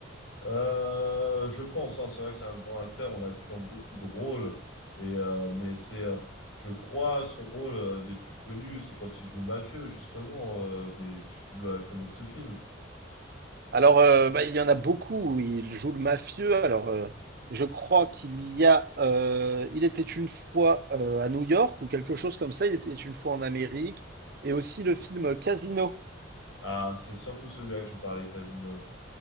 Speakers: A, on the left; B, on the right.
A: Euh, je pense, hein, c'est vrai que c'est un grand acteur, on l'a vu dans beaucoup de rôles, et, euh, mais c'est, euh, je crois, son rôle euh, des plus connus, c'est quand il joue mafieux, justement, euh, mais tu, tu dois connaître ce film.
B: Alors, euh, bah, il y en a beaucoup où il joue le mafieux. Alors, euh, je crois qu'il y a. euh, il était une fois euh, à New York ou quelque chose comme ça. Il était une fois en Amérique. Et aussi le film Casino.
A: Ah, c'est surtout celui-là que je parlais, Casino.